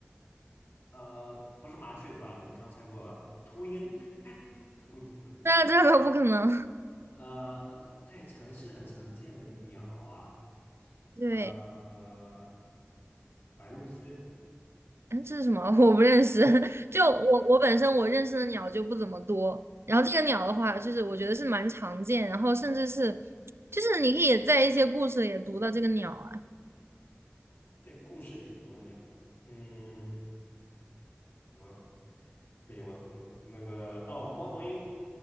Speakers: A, on the left; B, on the right.
A: 呃，不是麻雀对吧？你刚猜过了，秃鹰，<laughs> 秃鹰不可能吧？
B: 那这个不可能。
A: 呃，在城市很常见的鸟啊，
B: 对，
A: 呃，白鹭鸶，
B: 嗯，这是什么？<laughs> 我不认识。<laughs> 就我我本身我认识的鸟就不怎么多，然后这个鸟的话，就是我觉得是蛮常见，然后甚至是就是你可以在一些故事里也读到这个鸟啊
A: 在故事里读的鸟，嗯，我不行，我我那个哦，猫头鹰，